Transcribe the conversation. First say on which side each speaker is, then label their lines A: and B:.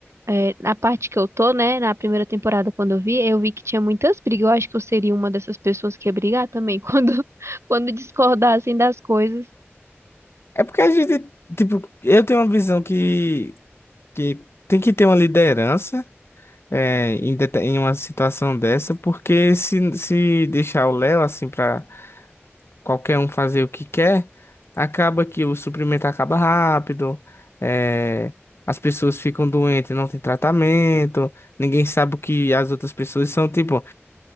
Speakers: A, on the right; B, on the left.
A: é, na parte que eu tô, né, na primeira temporada quando eu vi, eu vi que tinha muitas brigas, eu acho que eu seria uma dessas pessoas que ia brigar também, <laughs> quando, quando discordassem das coisas.
B: É porque a gente, tipo, eu tenho uma visão que, que tem que ter uma liderança é, em, dete- em uma situação dessa, porque se, se deixar o Léo assim pra qualquer um fazer o que quer, acaba que o suprimento acaba rápido, é, as pessoas ficam doentes, não tem tratamento, ninguém sabe o que as outras pessoas são, tipo.